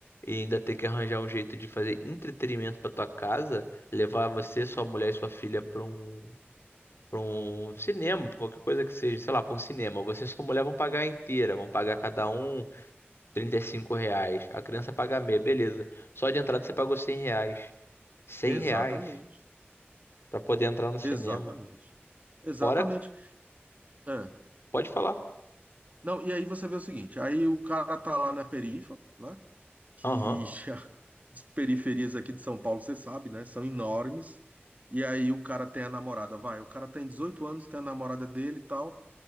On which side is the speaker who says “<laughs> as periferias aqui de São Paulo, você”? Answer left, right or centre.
Right